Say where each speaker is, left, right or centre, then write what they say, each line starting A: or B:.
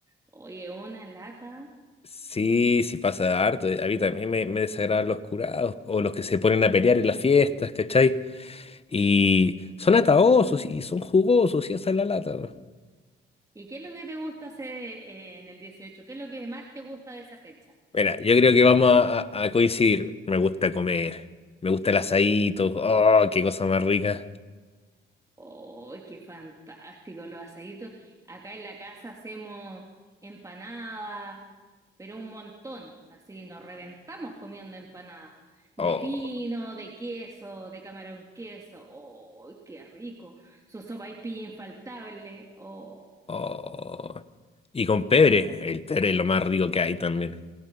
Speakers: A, on the right; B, on the left.
A: Oye, una lata.
B: Sí, sí pasa harto. A mí también me, me desagradan los curados o los que se ponen a pelear en las fiestas, ¿cachai? Y son ataosos y son jugosos y hacen la lata. ¿no?
A: ¿Y qué es lo que te gusta hacer eh, en el dieciocho ¿Qué es lo que más te gusta de esa fecha?
B: Mira, yo creo que vamos a, a- a coincidir. Me gusta comer, me gusta el asadito, oh, qué cosa más rica.
A: ¡Oh, qué fantástico! Los asaditos. Acá en la casa hacemos empanadas, pero un montón. Así nos reventamos comiendo empanadas. De
B: Oh.
A: pino, de queso, de camarón queso. ¡Oh, qué rico! Su sopaipilla infaltable. ¡Oh!
B: Oh. Y con pebre, el pebre es lo más rico que hay también.